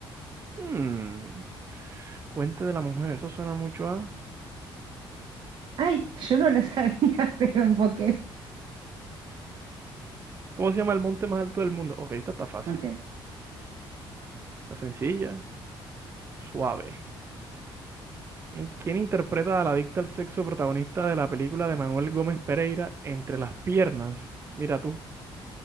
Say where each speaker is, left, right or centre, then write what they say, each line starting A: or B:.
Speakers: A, on the right; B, on the right.
A: Hmm, Puente de la Mujer, eso suena mucho a...
B: Ay, yo no lo sabía, <laughs> pero emboqué.
A: ¿Cómo se llama el monte más alto del mundo? Ok, esta está fácil.
B: Ok.
A: La sencilla, suave. ¿Quién quién interpreta a la adicta al sexo protagonista de la película de Manuel Gómez Pereira, Entre las piernas? Mira tú,